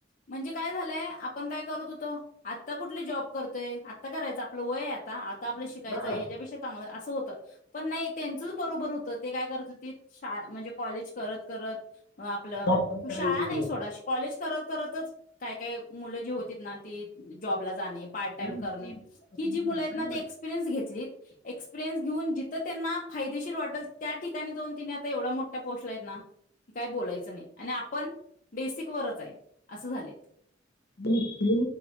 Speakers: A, on the left; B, on the left.
A: म्हणजे काय झालयं आपन काय करत होतो. आता कुठल जॉब करतोय, आता करायचं आपलं वय आता. आपलं शिकायचंय
B: हां
A: हेज्यापेक्षा चांगल होत पण नाही त्यांचच बरोबर होत. ते काय करत होतीत शा म्हणजे कॉलेज करत करत आपलं
B: जॉब पण
A: कि
B: करायची
A: शाळा
B: ते
A: नाही सोडा. अ कॉलेज करत करतच काय काय मुलं जी होतीत ना ती जॉबला जाणे पार्ट
B: सेम
A: टाईम करणे.
B: सेम आता तुम्ही
A: ही जी
B: म्हणताय
A: मुल आहेत ना ती एक्सपिरियन्स घेतलीत. एक्सपिरिनस घऊन जिथ त्यांना फायदेशीर वाटेल त्या ठिकाणी दोन तिने आता एवढा मोठा पोस्ट ला आहेत ना काय बोलायचं नाही आणि आपण बेसिक वरत आहे असं झाले
B: ही